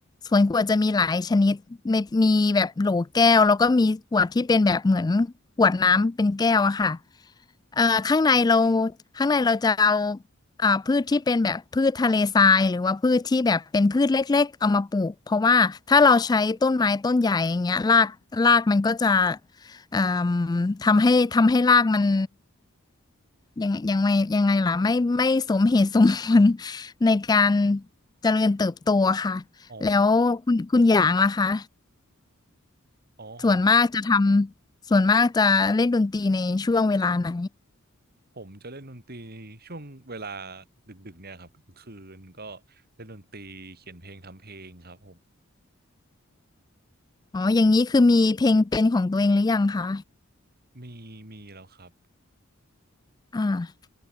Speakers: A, on the left; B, on the right.
A: สวนขวดจะมีหลายชนิดมีมีแบบโหลแก้วแล้วก็มีขวดที่เป็นแบบเหมือนขวดน้ำเป็นแก้วอะค่ะเอ่อข้างในเราข้างในเราจะเอาอ่าพืชที่เป็นแบบพืชทะเลทรายหรือว่าพืชที่แบบเป็นพืชเล็กๆเอามาปลูกเพราะว่าถ้าเราใช้ต้นไม้ต้นใหญ่อย่างเงี้ยรากรากมันก็จะเอ่าทำให้ทำให้รากมัน ยังยังไงยังไงล่ะไม่ไม่สมเหตุสมผล <laughs> ในการเจริญเติบโตค่ะแล้วคุณคุณหยางล่ะคะ
B: อ๋ออ๋อของ
A: ส่วนมากจะทำส่วนมากจะเล่นดนตรีในช่วงเวลาไหน
B: ผมจะเล่นดนตรีช่วงเวลาดึกๆเนี่ยครับกลางคืนก็เล่นดนตรีเขียนเพลงทำเพลงครับผม
A: อ๋ออย่างนี้คือมีเพลงเป็นของตัวเองหรือยังคะ
B: มีมีแล้วครับ
A: อ่า